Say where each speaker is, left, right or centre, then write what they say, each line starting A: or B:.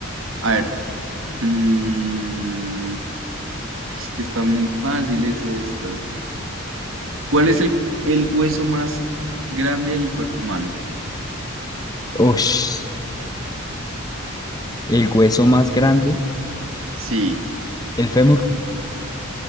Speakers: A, on the right; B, on the left.
A: A ver, mm, es que están muy fáciles estas. ¿Cuál es el, el hueso más grande del cuerpo humano?
B: Ush, el hueso más grande,
A: Sí,
B: el fémur.